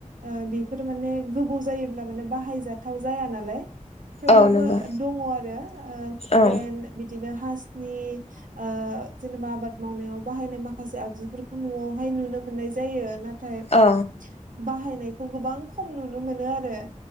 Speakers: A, on the right (about 80°); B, on the left (about 50°).
A: ओ‌ बिफ फोर माने गोबव जायोब्ला माने बाहायजाथाव जाया नालाय थेवब्लाबो
B: औ नंगौ
A: दङ आरो ओ हुखेन
B: औ
A: आरो हासनि ओ जेनेबा आबाद मावनायाव बाहायनाय माखासे आगजुफोरखौ नआवहाय नुनो मोननाय जायो ना थाय
B: औ
A: बा बाहायनायखौ गोबां खम नुनो मोनो आरो।